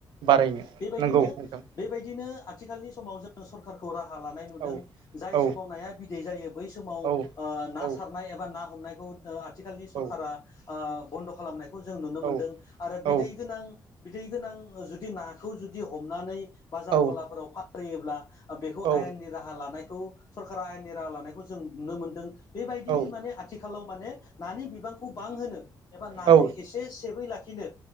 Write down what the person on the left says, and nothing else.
बेबायदिनो
बेबायदिनो आथिखालनि समाव जोङो सरखारखौ राहा लानाय नुदों
जाय
समाव नाया बिदै जायो बै समाव
ओ ना
सारनाय एबा ना हमनायखौ ओ आथिखालनि
सरखारा ओ बन्द' खालामनायखौ जों नुनो मोनदों
आरो
बिदै गोनां बिदै गोनां जुदि नाखौ जुदि हमनानै बाजार
गलाफोराव फानहैयोब्ला ओ बेखौ
आयेननि राहा लानायखौ सरखारा आयेननि राहा लानायखौ जों नुनो मोनदों बेबायदि
माने आथिखालाव माने नानि बिबांखौ बांहोनो एबा नाखौ
एसे सेबयै ला खिनो